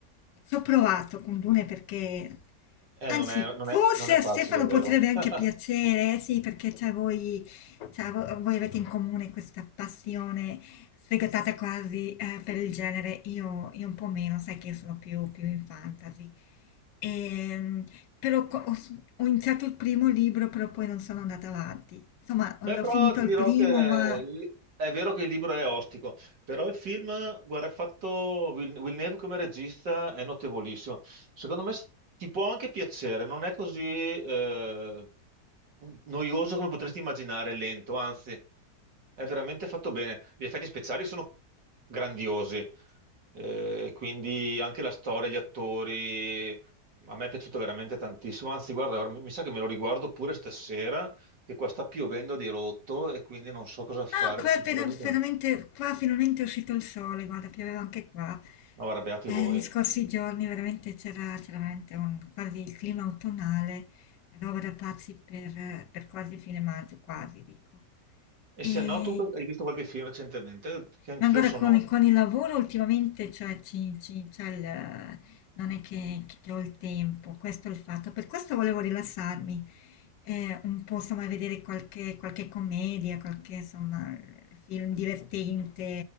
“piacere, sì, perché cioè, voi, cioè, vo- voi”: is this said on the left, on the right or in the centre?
Left